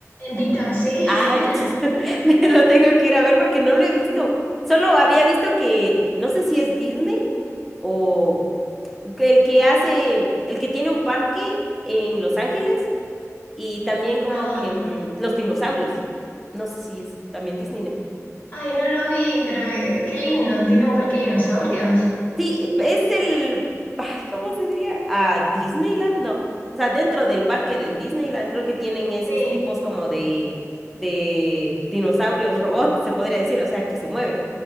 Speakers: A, on the left; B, in the centre.
A: En TikTok, sí.
B: Ah,
A: <laughs>
B: entonces <laughs> me lo tengo que ir a ver porque no lo he visto. Solo había visto que, no sé si es Disney o que el que hace, el que tiene un parque en Los Ángeles y también como
A: Ah,
B: que mm, los dinosaurios. No sé si es también Disney, ¿no?
A: ay, no lo vi, pero eh, qué lindo. ¿Tiene un parque de dinosaurios?
B: Sí, es el, ay, ¿cómo se diría? ¿A Disneyland? No. O sea, dentro del parque de Disneyland creo que tienen esos
A: Sí.
B: tipos como de, de dinosaurios, <laughs> robots, se podría decir, o sea, que se mueven.